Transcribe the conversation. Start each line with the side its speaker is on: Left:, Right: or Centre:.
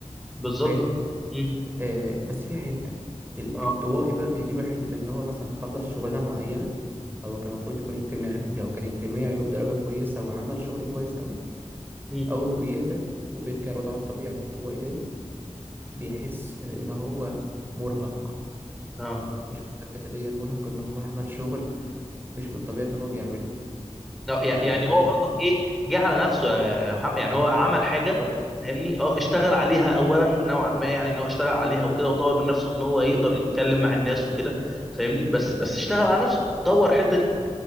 Centre: بالظبط
Right: فاهم
Centre: امم
Right: آه بس في حته الانطوائي
Centre: اه
Right: بقى بيجي له حته ان هو مثلا خلص شغلانه معينه هو كان المفروض يكون اجتماعي فيها وكان اجتماعي وبدرجه كويسه وعمل شغل كويس قوي
Centre: امم
Right: اول ما بيهدى وبيرجع لوضعه الطبيعي الانطوائي تاني بيحس ان هو مرهق
Centre: اه
Right: مش مرهق جسديا مرهق ان هو عمل شغل مش من طبيعته ان هو بيعمله
Centre: لا، يع-
Right: فبتبقى
Centre: يعني هو
Right: ارهاق
Centre: برضك ايه جه على نفسه آه، يا محمد يعني هو عمل حاجه
Right: بالظبط
Centre: فاهمني اه اشتغل عليها اولا نوعا ما يعني ان هو اشتغل عليها وكده وطور من نفسه ان هو يقدر يتكلم مع الناس وكده فاهمني بس بس اشتغل على نفسه طور الحته دي